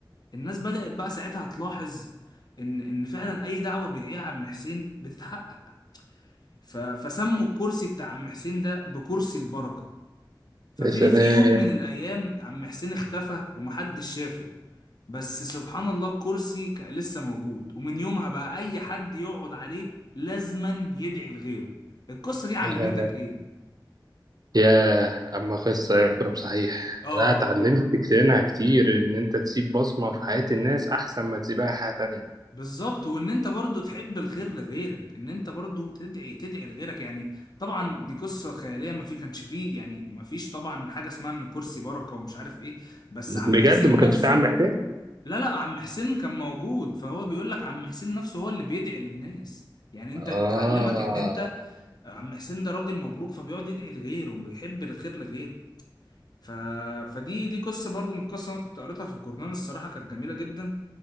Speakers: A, on the left; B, on the right.
A: الناس بدأت بقى ساعتها تلاحظ ان ان فعلا اي دعوة بيدعيها عم حسين بتتحقق ف... فسموا الكرسي بتاع عم حسين ده بكرسي البركة ففي
B: يا سلام
A: في يوم من الأيام عم حسين اختفى ومحدش شافه بس سبحان الله الكرسي كان لسه موجود ومن يومها بقى أي حد يقعد عليه لازما يدعي لغيره القصة دي علمتك
B: يا
A: إيه؟
B: يا اما قصه عبره بصحيح
A: آه
B: لا اتعلمت
A: آه
B: منها كتير ان انت تسيب بصمه في حياه الناس احسن ما تسيبها في حياه تانية
A: بالظبط وان انت برضو تحب الخير لغيرك ان انت برضو تدعي تدعي لغيرك يعني طبعا دي قصة خيالية ما في كانش فيه يعني ما فيش طبعا حاجة اسمها ان كرسي بركة ومش عارف ايه بس عم
B: بجد
A: حسين
B: ما كانش
A: نفسه
B: في عم حسين
A: لا لا عم حسين كان موجود فهو بيقول لك عم حسين نفسه هو اللي بيدعي للناس يعني انت
B: اه
A: بتعلمك ان انت عم حسين ده راجل مبروك فبيقعد يدعي لغيره وبيحب الخير لغيره ف... فدي دي قصة برضو من القصة انا كنت قريتها في الجورنال الصراحة كانت جميلة جدا